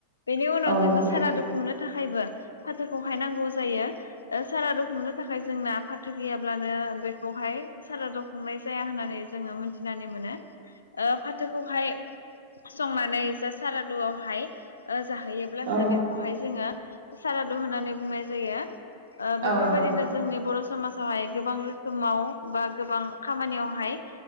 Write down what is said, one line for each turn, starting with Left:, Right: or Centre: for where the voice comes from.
Left: बेनि उनाव
Right: औ
Left: जोङो
Right: नंगौ
Left: साराादु खुंनो थाखायबो फाथोखौहाय नांगौ जायो। सारादु खुंनो थाखाय जोंना फाथो गैयाब्लानो बेखौहाय सारादु खुंनाय जाया होननानै जोङो मिथिनानै मोनो फाथोखौहाय संनानै जा सारादुआवहाय जाहैयोब्लासो
Right: औ
Left: बेखौहाय जोङो सारादु होननानै बुंनाय जायो। बेफोरबायदिनो
Right: औ नंगौ नोंथां
Left: जोंनि बर' समाजावहाय गोबां रोखोमाव बा गोबां खामानियावहाय